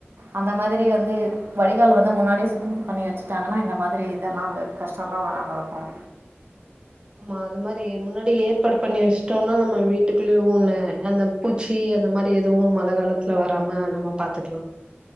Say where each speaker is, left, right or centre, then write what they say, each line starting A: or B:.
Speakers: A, on the right (about 60°); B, on the right (about 25°).
A: அந்த மாரி வந்து வடிகால் வந்து முன்னாடியே சுத்தம் பண்ணி வச்சுட்டாங்கன்னா இந்த மாரி இதெல்லாம் கஷ்டம் எல்லாம் வராம இருக்கும்
B: ஆமா அது மாரி முன்னாடி ஏற்பாடு பண்ணி வச்சுட்டோம்னா நம்ம வீட்டுக்குள்ளயும் ஒண்ண அந்த பூச்சி அந்த மாரி எதுவும் மழ காலத்துல வராம நம்ம பாத்துக்கலாம்